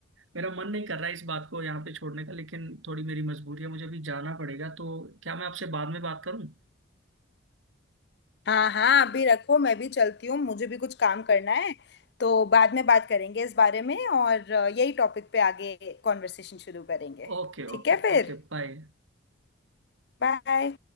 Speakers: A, on the right; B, on the left.
A: मेरा मन नहीं कर रहा है इस बात को यहाँ पे छोड़ने का लेकिन थोड़ी मेरी मजबूरी है मुझे अभी जाना पड़ेगा तो क्या मैं आपसे बाद में बात करूँ
B: हाँ हाँ अभी रखो मैं भी चलती हूँ मुझे भी कुछ काम करना है तो बाद में बात करेंगे इस बारे में और अ, यही टॉपिक पे आगे कॉन्वर्सेशन शुरू करेंगे
A: Okay
B: ठीक
A: okay
B: है फिर
A: okay bye
B: बाय